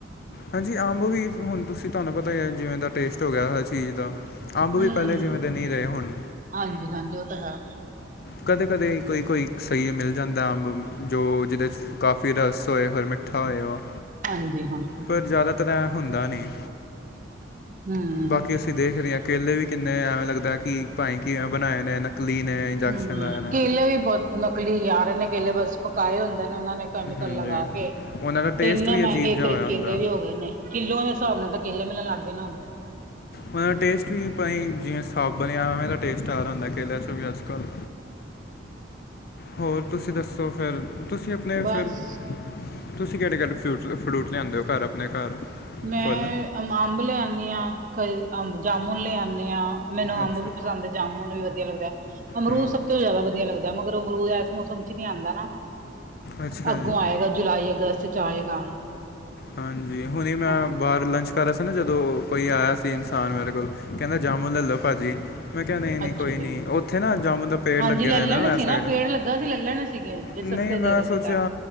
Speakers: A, on the left; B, on the right.
A: ਹਾਂਜੀ ਅੰਬ ਵੀ ਹੁਣ ਤੁਸੀਂ ਤੁਹਾਨੂੰ ਪਤਾ ਹੈ ਜਿਵੇਂ ਦਾ ਟੇਸਟ ਹੋ ਗਿਆ ਹੈ ਚੀਜ਼ ਦਾ ਅੰਬ
B: ਹਮ
A: ਵੀ ਪਹਿਲੇ ਜਿਵੇਂ ਦੇ ਨਹੀਂ ਰਹੇ ਹੋੁਣ
B: ਹਾਂਜੀ ਹਾਂਜੀ ਉਹ ਤਾਂ ਹੈ
A: ਕਦੇ ਕਦੇ ਕੋਈ ਕੋਈ ਸਹੀ ਮਿਲ ਜਾਂਦਾ ਅੰਬ ਜੋ ਜਿਹਦੇ 'ਚ ਕਾਫੀ ਰਸ ਹੋਏ ਹੋਰ ਮਿੱਠਾ ਹੋਏ ਉਹ
B: ਹਾਂਜੀ ਹਾਂਜੀ
A: ਪਰ ਜ਼ਿਆਦਾਤਰ ਇਹ ਹੁੰਦਾ ਨਹੀਂ
B: ਹਮ
A: ਬਾਕੀ ਅਸੀਂ ਦੇਖ ਰਹੇ ਹਾਂ ਕੇਲੇ ਵੀ ਕਿੰਨੇ ਐਵੇਂ ਲੱਗਦਾ ਕਿ ਭਾਈ ਕਿਵੇਂ ਬਣਾਏ ਨੇ ਨਕਲੀ ਨੇ ਇੰਜੈਕਸ਼ਨ
B: ਹੂੰ,
A: ਲਾ ਨੇ
B: ਕੇਲੇ ਵੀ ਬਹੁਤ ਨਕਲੀ ਯਾਰ ਨੇ ਕੇਲੇ ਬਸ ਪਕਾਏ ਹੁੰਦੇ ਨੇ ਉਹਨਾਂ ਨੇ ਕੈਮੀਕਲ
A: ਹਾਂਜੀ
B: ਲਗਾ ਕੇ
A: ਉਹਨਾਂ ਦਾ ਟੇਸਟ
B: ਤ ਇੰਨੇ
A: ਵੀ
B: ਮਹਿੰਗੇ
A: ਅਜੀਬ
B: ਇੱਕ
A: ਜਿਹਾ ਹੋਇਆ
B: ਕੇਲੇ
A: ਹੁੰਦਾ
B: ਵੀ ਹੋ ਗਏ ਨੇ ਕਿੱਲੋ ਦੇ ਹਿਸਾਬ ਨਾਲ ਤਾਂ ਕੇਲੇ ਮਿਲਣ ਲੱਗ ਗਏ ਨਾ ਹਣ
A: ਉਹਨਾਂ ਦਾ ਟੇਸਟ ਵੀ ਜਿਵੇਂ ਸਾਬਣ ਆ ਉਵੇਂ ਦਾ ਟੇਸਟ ਆ ਰਿਹਾ ਹੁੰਦਾ ਕੇਲ 'ਚ ਵੀ ਅੱਜ ਕੱਲ੍ਹ ਹੋਰ ਤੁਸੀਂ ਦੱਸੋ ਫਿਰ ਤੁਸੀਂ ਆਪਣੇ
B: ਬਸ
A: ਫਿਰ ਤੁਸੀਂ ਕਿਹੜੇ ਕਿਹੜੇ ਫਰੂਟ ਫਰੂਟ ਲਿਆਂਦੇ ਹੋ ਘਰ ਆਪਣੇ ਘਰ
B: ਮੈਂ
A: ਫਲ
B: ਅੰਬ ਲਿਆਉਦੀ ਹਾਂ ਕਈ ਅ ਜਾਮੁਨ ਲਿਆਉਂਦੀ ਹਾਂ ਮੈਨੂੰ
A: ਅੱਛਾ
B: ਅੰਬ ਵੀ ਪਸੰਦ ਜਾਮੁਨ ਵੀ ਵਧੀਆ ਲੱਗਦਾ, ਅਮਰੂਦ
A: ਹੂੰ
B: ਸਭ ਤੋਂ ਜ਼ਿਆਦਾ ਵਧੀਆ ਲੱਗਦਾ ਮਗਰ ਅਮਰੂਦ ਇਸ ਮੌਸਮ ਚ ਨਹੀਂੀ ਆਉਂਦਾ ਨਾ।
A: ਅੱਛਾ
B: ਅੱਗੋਂ
A: ਜੀ
B: ਆਏਗਾ ਜੁਲਾਈ, ਅਗਸਤ ਚ ਆਏਗਾ।
A: ਹਾਂਜੀ, ਹੁਣੇ ਮੈਂ
B: ਹਾਂ
A: ਬਾਹਰ ਲੰਚ ਘਰੌ ਸੀ ਨਾ ਜਦੋਂ ਕੋਈ ਆਇਆ ਸੀ ਇਨਸਾਨ ਮੇਰੇ ਕੋਲ ਕਹਿੰਦਾ ਜਾਮੂਨ ਲੈਲੋ ਭਾਜੀ। ਮੈਂ ਕਿਹਾ ਨਹੀਂ-ਨਹੀਂ
B: ਅੱਛਾ
A: ਕੋਈ
B: ਜੀ।
A: ਨੀ ਉੱਥੇ ਨਾ ਜਾਮੂਨ ਦਾ ਪੇੜ
B: ਹਾਂਜੀ
A: ਲੱਗੇ
B: ਲੈ
A: ਹੋ
B: ਲੈਣੇ
A: ਨਾ
B: ਸੀ
A: ਇਸ ਸਾਈਡ।
B: ਪੇੜ ਲੱਗਾ ਸੀ ਲੈ ਲੈਣੇ ਸੀਗੇ ਜੇ
A: ਨਹੀਂ,
B: ਸਸਤੇ
A: ਮੈਂ
B: ਦੇ ਰਹੇ ਸੀ
A: ਸੋਚਿਆ
B: ਤਾਂ।